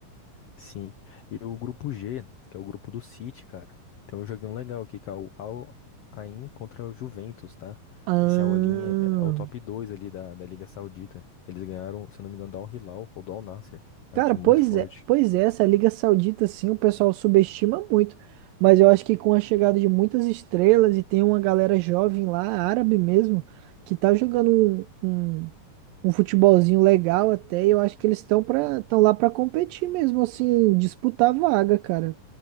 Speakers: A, on the left (about 80°); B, on the right (about 80°).
A: Sim. E o grupo G, que é o grupo do City, cara. Tem um joguinho legal aqui, que é o Al Ain contra o Juventus, tá?
B: Ah.
A: Esse Al Ain é, é o top 2 ali da, da Liga Saudita. Eles ganharam, se eu não me engano, do Al Hilal ou do Al Nassr. É
B: Cara,
A: um time
B: pois
A: muito forte.
B: é, pois é, essa Liga Saudita, sim, o pessoal subestima muito. Mas eu acho que com a chegada de muitas estrelas e tem uma galera jovem lá, árabe mesmo, que tá jogando um, um, um futebolzinho legal até, e eu acho que eles estão para estão lá para competir mesmo, assim, disputar vaga, cara.